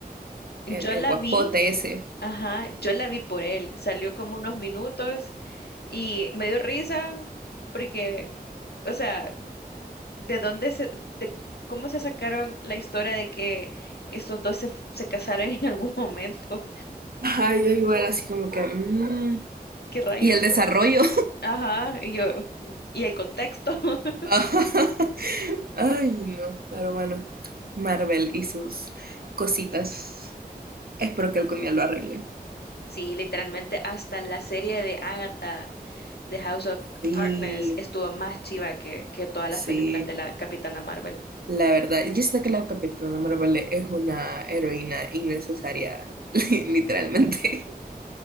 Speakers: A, on the left; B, on the right.
A: Yo
B: el, el
A: la
B: guapote
A: vi,
B: ese.
A: ajá, yo la vi por él, salió como unos minutos y me dio risa porque, o sea, ¿de dónde se, de cómo se sacaron la historia de que estos dos se, se casaron en algún momento?
B: Ajá, yo igual así como que, mm.
A: <laughs> ¿Qué rayos?
B: Y el desarrollo.
A: Ajá, y yo, y el contexto. <laughs>
B: <laughs> Ay, no, pero bueno, Marvel y sus cositas. Espero que algún día lo arregle.
A: Sí, literalmente hasta la serie de Agatha, The House of
B: Sí,
A: Harkness, estuvo más chiva que, que todas
B: sí,
A: las películas de la Capitana Marvel.
B: la verdad. Yo sé que la Capitana Marvel es una heroína innecesaria, <laughs> li- literalmente.